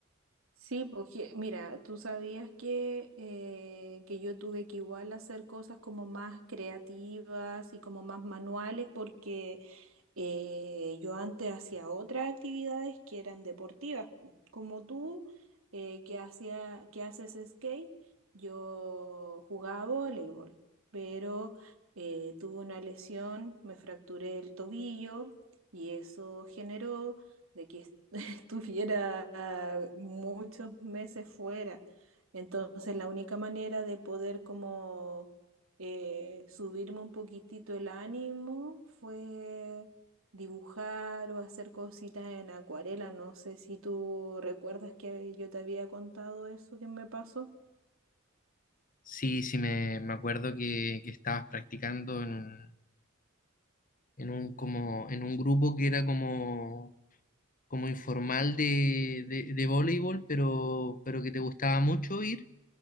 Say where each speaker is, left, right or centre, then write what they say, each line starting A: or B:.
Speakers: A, on the right (about 70°); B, on the left (about 40°).
A: Sí, porque mira, tú sabías que, eh, que yo tuve que igual hacer cosas como más creativas y como más manuales porque eh, yo antes hacía otras actividades que eran deportivas, como tú eh, que hacía, que haces skate, yo jugaba voleibol, pero eh, tuve una lesión, me fracturé el tobillo y eso generó de que estuviera muchos meses fuera. Entonces, la única manera de poder como eh, subirme un poquitito el ánimo fue dibujar o hacer cositas en acuarela. No sé si tú recuerdas que yo te había contado eso que me pasó.
B: Sí, sí, me, me acuerdo que, que estabas practicando en en un, como, en un grupo que era como, como informal de, de, de voleibol, pero, pero que te gustaba mucho ir